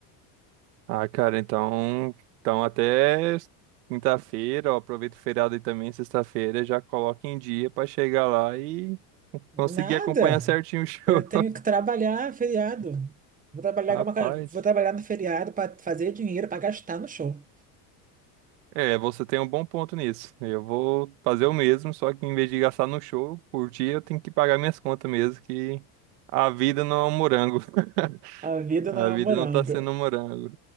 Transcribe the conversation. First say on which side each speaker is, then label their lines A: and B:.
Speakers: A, on the right; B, on the right.
A: ah, cara, então, então até quinta-feira, ó, aproveita o feriado aí também, sexta-feira, já coloca em dia pra chegar lá e
B: Nada!
A: conseguir acompanhar certinho o <laughs> show.
B: Eu tenho que trabalhar feriado. Vou trabalhar,
A: Rapaz.
B: com uma ca- vou trabalhar no feriado pra fazer dinheiro, pra gastar no show.
A: É, você tem um bom ponto nisso. Eu vou fazer o mesmo, só que em vez de gastar no show, curtir, eu tenho que pagar minhas contas mesmo, que a vida não é um morango. <laughs>
B: A vida
A: A
B: não é
A: vida
B: um morango.
A: não tá sendo um morango.